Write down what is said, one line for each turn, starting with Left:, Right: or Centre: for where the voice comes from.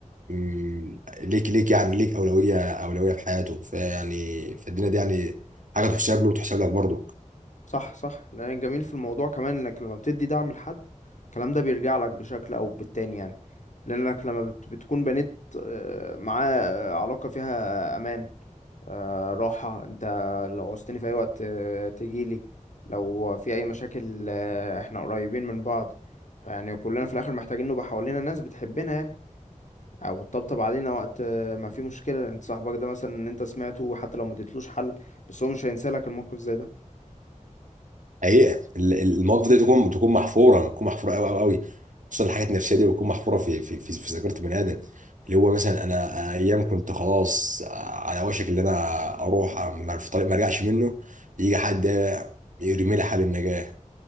Right: مم، ليك ليك يعني ليك اولويه اولويه في حياته فيعني فالدنيا دي يعني حاجه تحسب له وتحسب لك برضه
Left: صح صح لان الجميل في الموضوع كمان انك لما بتدي دعم لحد الكلام ده بيرجع لك بشكل او بالتاني يعني لانك لما بت بتكون بنيت آه، معاه آه، علاقة فيها امان آه، راحة انت لو عوزتني في اي وقت آه، تجيلي لو في اي مشاكل آه، احنا قريبين من بعض فيعني كلنا في الاخر محتاجين نبقى حوالينا ناس بتحبنا يعني او تطبطب علينا وقت آه، ما في مشكلة انت صاحبك ده مثلا ان انت سمعته حتى لو ما اديتلوش حل بس هو مش هينسى لك الموقف زي ده
Right: حقيقه ال- ال- المواقف دي تكون تكون محفوره تكون محفوره قوي قوي قوي خصوصا الحاجات النفسيه دي بتكون محفوره في في في, في ذاكره بني ادم اللي هو مثلا انا ايام كنت خلاص على وشك اللي انا اروح ما- في طريق ما ارجعش منه يجي حد يرمي لي حبل النجاه